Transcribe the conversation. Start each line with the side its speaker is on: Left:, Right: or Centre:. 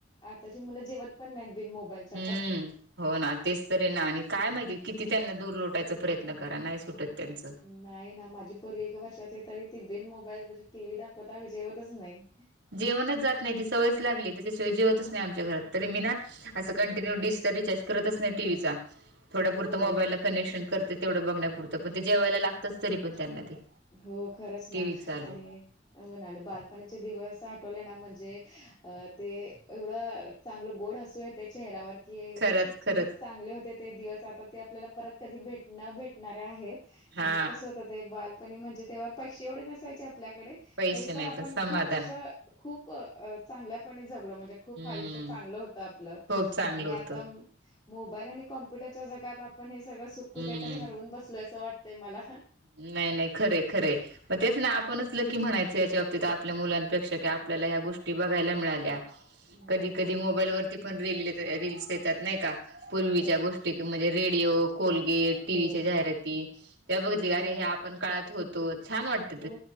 Left: आताची मुलं जेवत पण नाहीत. बिन मोबाईलच्या
Right: हम्म
Left: तर.
Right: हो ना. तेच तरे ना. आणि काय माहिती किती त्यांना दूर लोटायचा प्रयत्न करा. नाही सुटत त्यांचं.
Left: नाही ना. माझी पोरगी एका वर्षाचीय तरी ती, बिन मोबाईल ज टीव्ही दाखवता जेवतच नाही.
Right: जेवणच जात नाही. ती सवयच लागलीय. त्याच्याशिवाय जेवतच नाही आमच्या घरात. तरी मी ना, असं कंटिन्यू डिजिटल रिचार्ज करतच नाही. टीव्ही चा. थोड्या
Left: हो,
Right: पुुरतं मोबाईलला कनेक्शन करते. तेवढं बघण्यापुरंत. पण ते जेवायला लागतच तरी पण त्यांना ते.
Left: हो, खरंच ना.
Right: टी व्ही चालू
Left: आणि हो ना. आणि बालपणाचे दिवस आठवले ना. म्हणजे अ ते एवढं चांगलं, गोड हसूयेत्या चेहऱ्यावर. कि
Right: खरंच खरंच
Left: किती चांगले होते ते दिवस. आता ते आपल्याला परत कधी भेट न भेटणारे आहेत. आणि
Right: हा
Left: कसं होत. ते बालपणी म्हणजे तेव्हा पैसे एवढे नसायचे आपल्याकडे.
Right: पैसे
Left: तरी
Right: नाही
Left: पण, आपण
Right: समाधान
Left: खूप असं खूप चांगल्यापणे जगलो. म्हणजे खूप
Right: हम्म
Left: आयुष्य चांगलं होतं आपलं.
Right: खूप चांगलं
Left: आणि
Right: होतं.
Left: आता मोबाईल आणि कॉम्प्युटरच्या जगात. आपण हे सगळं सुख कुठेतरी
Right: हम्म
Left: हरवून बसलोय. असं वाटतंय मला.
Right: नाही, नाही. खरय, खरय. मग तेच ना. आपणच लकी म्हणायचं याच्या बाबतीत. आपल्या मुलांपेक्षा. की आपल्याला ह्या गोष्टी बघायला मिळाल्या.
Left: हो.
Right: कधी कधी मोबाईल वरती पण, रल रीलस येतात नाही का. पूर्वीच्या
Left: हो
Right: गोष्टी. रेडिओ, कोलगेट,
Left: हो
Right: टीव्ही च्या जाहिराती. त्या बघितल्या की,
Left: हो
Right: अरे
Left: ना
Right: हे आप आपण काळात होतो छान वाटत
Left: हो